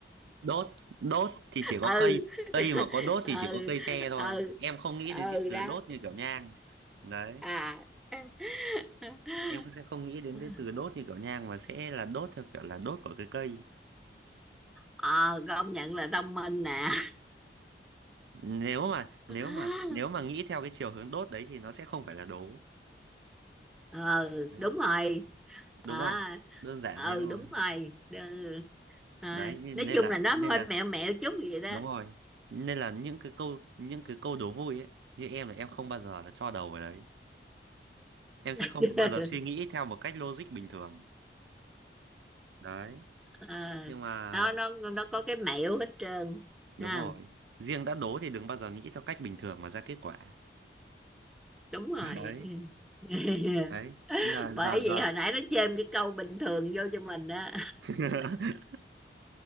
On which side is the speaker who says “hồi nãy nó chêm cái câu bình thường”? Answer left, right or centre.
Centre